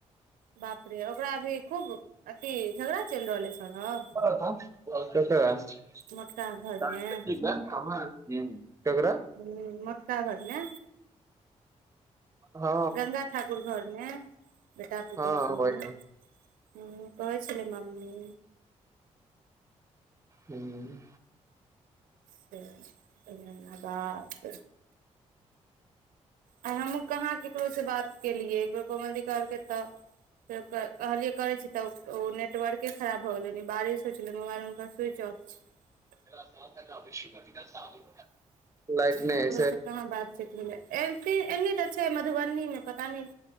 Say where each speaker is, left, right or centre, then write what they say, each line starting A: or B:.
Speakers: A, on the right; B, on the right.
A: बापरे ओकरा अभी खूब अथि झगड़ा चलि रहल है। सौरभ
B: ककरा। <unintelligible>
A: मोटका घरमे ह
B: <unintelligible> ककरा
A: हूँ मोटका घर नै।
B: हँ
A: गंगा ठाकुर घरमे बेटा पुतोहु
B: हँ
A: सबमे।
B: होइ हय।
A: हूँ
B: हूँ
A: कहै छलै मम्मी।
B: हूँ।
A: से एना एना बात। आय हमहुँ कहाँ केकरो से बात केलियै एकबेर कोमल दी कहलकै तऽ फेर ओकरा कहलियए करै छी तऽ ओ नेट नेटवर्के खराब भऽ गेलै ओइदिन बारिश होइ छलै मोबाइल हुनकर स्विच ऑफ छै।
B: <unintelligible> लाइट नहि
A: ककरो
B: अइ
A: से कहाँ बातचीत भेलै एबते एनी तऽ छै मधुबनी मे पता नै।